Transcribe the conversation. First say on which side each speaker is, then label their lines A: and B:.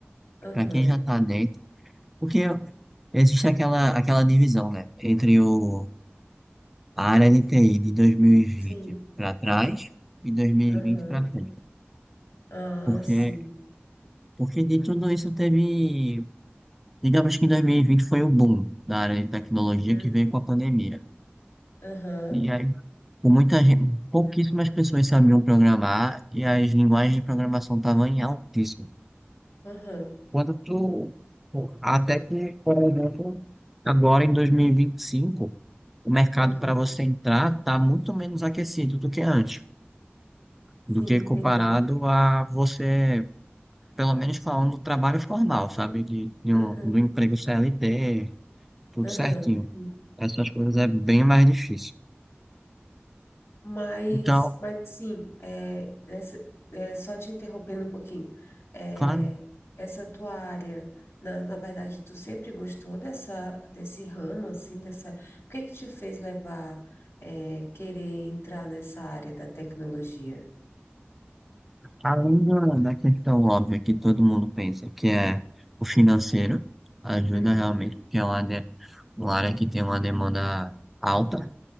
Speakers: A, on the left; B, in the centre.
A: Aham.
B: para quem já está dentro, porque existe aquela, aquela divisão, né, entre o, a área de TI de dois mil e
A: Sim.
B: vinte para trás e dois mil
A: Aham.
B: e vinte para frente.
A: Ah,
B: Porque,
A: sim.
B: porque de tudo isso teve Digamos que 2020 foi o boom da área de tecnologia
A: Uhum.
B: que veio com a pandemia.
A: Aham.
B: E aí, com muita gente, pouquíssimas pessoas sabiam programar e as linguagens de programação estavam em altíssimo.
A: Aham.
B: Quando tu, até que, por exemplo, agora em 2025, o mercado
A: Aham.
B: para você entrar está muito menos aquecido do que antes,
A: Sim,
B: do que comparado
A: entendi.
B: a você, pelo menos falando do trabalho formal, sabe? De, de
A: Aham.
B: um, do emprego CLT, tudo
A: Aham.
B: certinho.
A: Sim.
B: essas coisas é bem mais difícil.
A: Mas,
B: Então,
A: mas assim, é, essa, é, só te interrompendo um pouquinho, é,
B: claro,
A: essa tua área, na, na verdade, tu sempre gostou dessa, desse ramo, assim, dessa. O que que te fez levar, é, querer entrar nessa área da tecnologia?
B: além da, da questão óbvia que todo mundo pensa, que é o financeiro, ajuda
A: Uhum.
B: realmente, porque é uma, de- uma área que tem uma demanda alta,